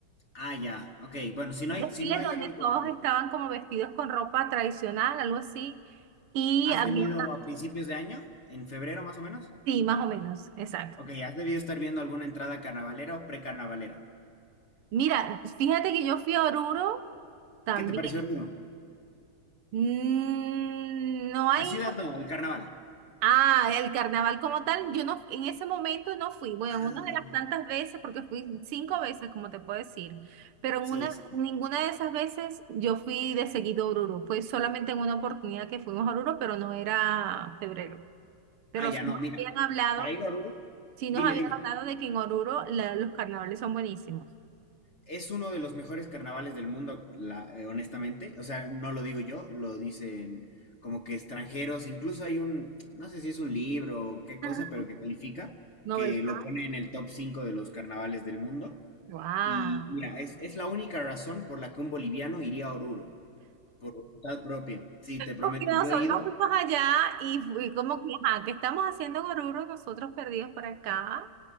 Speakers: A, on the left; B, on the right.
A: Ah, ya, ok. Bueno, si no
B: un
A: hay,
B: desfile
A: si no hay
B: donde
A: algo
B: todos
A: que...
B: estaban como vestidos con ropa tradicional, algo así, y
A: ¿Has
B: había,
A: venido a principios de año? ¿En febrero más o menos?
B: sí, más o menos, exacto.
A: Ok, has debido estar viendo alguna entrada carnavalera o precarnavalera.
B: Mira, fíjate que yo fui a Oruro También.
A: ¿Qué te pareció Oruro?
B: Mm, No hay.
A: La ciudad no, el carnaval.
B: Ah, el carnaval como tal, yo no, en ese momento no fui. Bueno,
A: Ah,
B: en una de las tantas veces, porque fui cinco veces, como te puedo decir, pero
A: sí.
B: en una,
A: sí.
B: ninguna de esas veces yo fui de seguido a Oruro. Fue solamente en una oportunidad que fuimos a Oruro, pero no era febrero. Pero
A: Ah, ya,
B: sí
A: no,
B: nos
A: mira,
B: habían hablado,
A: para ir a Oruro,
B: sí
A: dime,
B: nos habían
A: dime.
B: hablado de que en Oruro la- los carnavales son buenísimos.
A: Es uno de los mejores carnavales del mundo, la- eh, honestamente. O sea, no lo digo yo, lo dicen como que extranjeros. Incluso hay un, no sé si es un libro o qué cosa,
B: Ajá.
A: pero que califica,
B: Nobel
A: que
B: Paz.
A: lo pone en el top 5 de los carnavales del mundo.
B: ¡Wow!
A: Y mira, es, es la única razón por la que un boliviano iría a Oruro, por voluntad propia. Sí, te prometo,
B: Porque nosotros
A: yo he ido.
B: fuimos allá y fui como que, ajá, ¿qué estamos haciendo Goruro nosotros perdidos por acá?